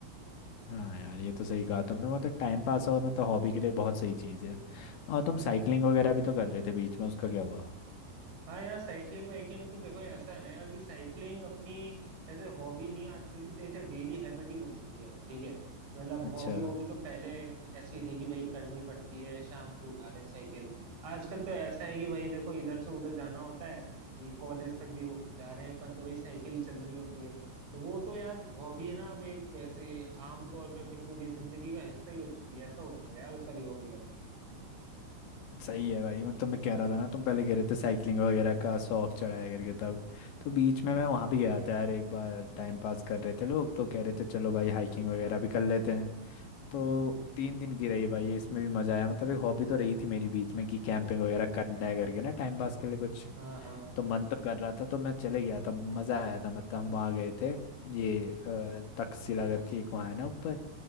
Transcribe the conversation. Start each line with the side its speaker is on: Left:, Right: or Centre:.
Left: हाँ यार ये तो सही कहा तुमने मतलब टाइम पास और मतलब हॉबी के लिए बहुत सही चीज़ है और तुम साइकिलिंग वगैरह भी तो कर रहे थे बीच में उसका क्या हुआ
Right: हाँ यार साइकिलिंग वाइकलिंग तो देखो ऐसा है ना यार कि साइकिलिंग अपनी ऐसे हॉबी नहीं है आजकल की तो ऐसे डेली हैबिट ही बन चुकी है ठीक है मतलब
Left: अच्छा
Right: हॉबी वॉबी तो पहले ऐसी थी कि भाई करनी पड़ती है शाम को उठा रहे साइकिल आजकल तो ऐसा है कि भाई देखो इधर से उधर जाना होता है कि कॉलेज तक भी हो जा रहे हैं अपन तो भाई साइकिल ही चलनी होती है तो वो तो यार हॉबी है ना अब एक ऐसे आम तौर पे अपनी पूरी जिंदगी का हिस्सा ही बन चुकी है ऐसा हो चुका है यार उस वाली हॉबी का
Left: सही है भाई मतलब मैं कह रहा था ना तुम पहले कह रहे थे साइकिलिंग वगैरह का शौक चढ़ाया करके तब तो बीच में मैं वहाँ भी गया था यार एक बार टाइम पास कर रहे थे लोग तो कह रहे थे चलो भाई हाइकिंग वगैरह भी कर लेते हैं तो तीन दिन की रही भाई इसमें भी मज़ा आया मतलब एक हॉबी तो रही थी मेरी बीच में कि कैंपिंग वगैरह करना है करके ना टाइम पास के लिए कुछ
Right: हाँ हाँ
Left: तो मन तो कर रहा था तो मैं चले गया था मज़ा आया था मतलब हम वहाँ गए थे ये अ, तक्षशिला करके एक वहाँ है ना ऊपर